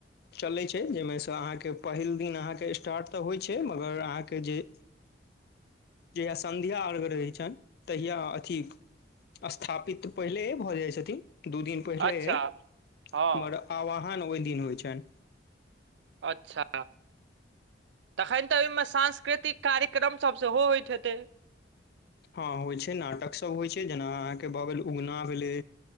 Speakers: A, on the left (about 55°); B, on the right (about 75°).
A: चलैत छै जाहिमे सँ अहाँके पहिल दिन अहाँके स्टार्ट तऽ होइत छै मगर अहाँके जे
B: आ
A: जहिया संध्या अर्घ रहै छइन तहिया अथी स्थापित पहिले भऽ जाइ छथिन दू दिन पहिले
B: अच्छा
A: हमर
B: हँ
A: आवाहान ओहि दिन होइत छइन
B: अच्छा तखन तऽ ओहि में सांस्कृतिक कार्यक्रमसभ सेहो होइत हेतै
A: हँ होइ छै नाटकसभ होइ छै जेना अहाँके भऽ गेल उगना भेलै